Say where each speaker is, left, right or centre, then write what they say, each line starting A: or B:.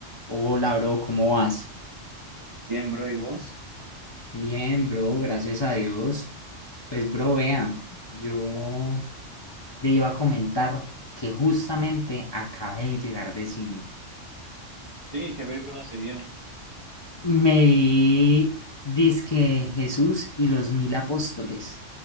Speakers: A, on the left; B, on the right.
A: Hola, bro, ¿cómo vas?
B: Bien, bro, ¿y vos?
A: Bien, bro, gracias a Dios. Pues, bro, vea, yo te iba a comentar que justamente acabé de llegar de cine.
B: Sí, ¿qué película se vio?
A: Me vi Disque Jesús y los Mil Apóstoles.